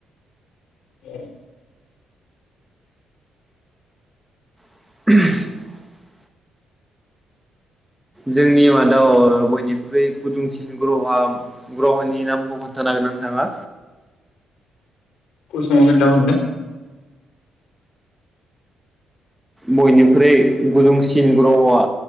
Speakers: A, on the left; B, in the centre.
A: <unintelligible>
B: <unintelligible> जोंनि मादाव बयनिख्रुइ गुदुंसिन ग्रह'वा ग्रह'नि नामखौ खोन्थानो हागोनना नोंथाङा?
A: <unintelligible> खोन्था हरनो
B: बयनिख्रुइ गुदुंसिन ग्रह'वा।